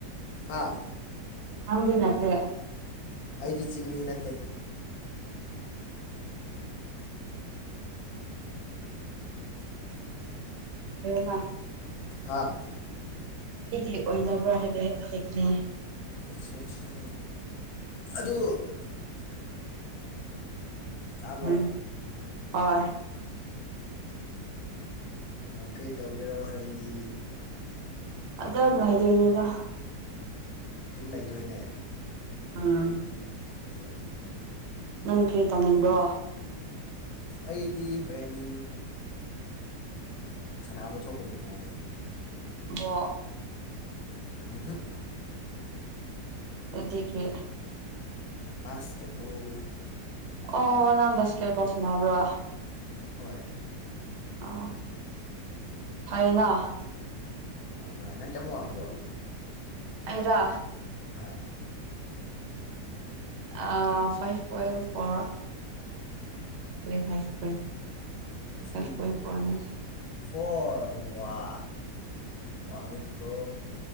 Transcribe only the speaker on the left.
ꯍꯥꯥ
ꯑꯩꯗꯤ ꯆꯤꯡꯃꯤ ꯅꯠꯇꯦ
ꯍꯥꯥ
ꯑꯠꯆꯥ ꯑꯆꯥ ꯑꯗꯨ ꯇꯥꯕ꯭ꯔꯣ
ꯀꯩ ꯇꯧꯒꯦꯔꯣ ꯍꯣꯔꯦꯟꯗꯤ
ꯑꯗꯨꯝ ꯂꯩꯗꯣꯏꯅꯦ
ꯍꯥꯏꯖꯦ ꯑꯗꯨꯦ
ꯑꯩꯗꯤ ꯍꯣꯔꯦꯟ ꯁꯥꯟꯅꯕ ꯊꯣꯛꯀꯅꯤ ꯍꯥꯏꯔꯤꯅꯤ
ꯍꯍ
ꯕꯥꯁꯀꯦꯠꯕꯣꯜ
ꯍꯣꯏ
ꯐ ꯅꯪ ꯀꯌꯥꯝ ꯋꯥꯡꯕ꯭ꯔꯣ
ꯍꯣꯏ
ꯊ꯭ꯔꯤ
ꯐꯣꯔ ꯋꯥ ꯋꯥꯅꯤꯀꯣ